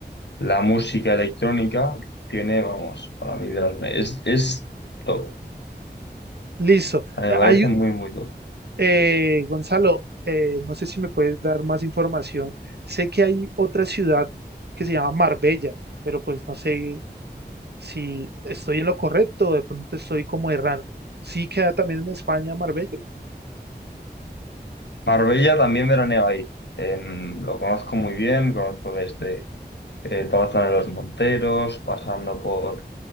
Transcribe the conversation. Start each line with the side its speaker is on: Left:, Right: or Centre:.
Left: la música electrónica, tiene, vamos, para mí de los me- es, es top, o
Right: Listo.
Left: sea, me parece
Right: Hay,
Left: muy, muy top.
Right: Eh, Gonzalo, eh, no sé si me puedes dar más información. Sé que hay otra ciudad que se llama Marbella, pero pues no sé si estoy en lo correcto o de pronto estoy como errando. ¿Sí queda también en España Marbella?
Left: Marbella también veraneo ahí, Em, lo conozco muy bien, conozco desde eh, toda la zona de los Monteros, pasando por